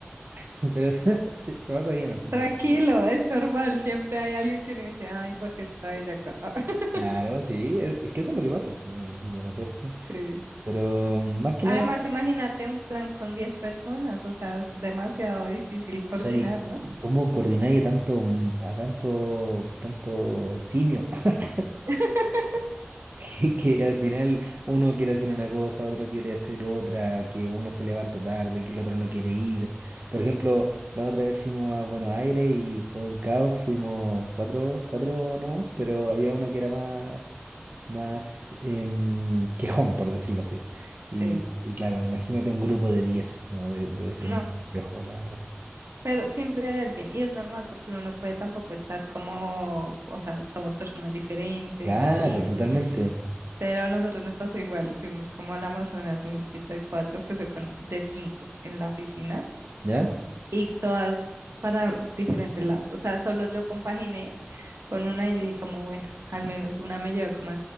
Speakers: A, on the right; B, on the right.
A: <laughs> pero <laughs> se se pasa bien al final.
B: Tranquilo, es normal, siempre hay alguien que uno dice, ay, porque está ella acá. <laughs>
A: Claro, sí, es, es que eso es lo que pasa al final, del día, ¿no es ¿cierto?
B: Sí.
A: Pero mm, más que
B: Además,
A: nada, o
B: imagínate un plan con 10 personas, o sea, es demasiado difícil coordinar,
A: sea, y
B: ¿no?
A: ¿cómo coordináis a tanto, mm, a tanto, tanto simio? <laughs>
B: <laughs>
A: Que, que
B: Sí.
A: al final uno quiere hacer una cosa, otro quiere hacer otra, que uno se levanta tarde, que el otro no quiere ir. Por ejemplo, la otra vez fuimos a Buenos Aires y fue un caos, fuimos cuatro, cuatro nomás, pero había uno que era más. más em, quejón, por decirlo así.
B: Sí,
A: Y, y claro, imagínate un grupo de 10 ¿no? De- debe ser
B: no,
A: muy complejo, la verdad.
B: pero siempre hay alguien y es normal porque uno no puede tampoco estar como, o sea, somos personas diferentes,
A: Claro,
B: se entiende,
A: totalmente.
B: pero a nosotros nos pasó igual, fuimos como al Amazonas, un grupito de cuatro que fue con, de cinco en la oficina
A: ¿Ya?
B: y todas para diferentes lados. O sea, solo yo compaginé con una y yo dije como, bueno, al menos una me lleva como...